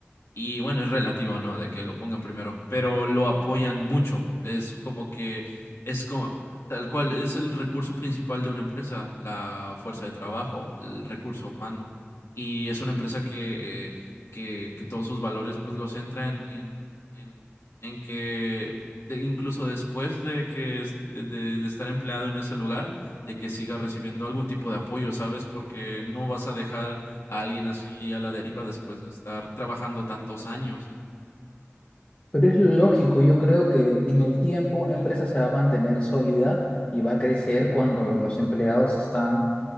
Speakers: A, on the left; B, on the left.
A: Y bueno, es relativo, ¿no? De que lo pongan primero, pero lo apoyan mucho. Es como que es como, tal cual, es el recurso principal de una empresa, la fuerza de trabajo, el recurso humano. Y es una empresa que, eh, que, que todos sus valores pues los centra en, en, en, en que de- incluso después de que est- de, de estar empleado en ese lugar, de que siga recibiendo algún tipo de apoyo, ¿sabes? Porque no vas a dejar a alguien así a la deriva después de estar trabajando tantos años,
B: Pero es lógico, yo creo que en el tiempo una empresa se va a mantener sólida y va a crecer cuando los empleados están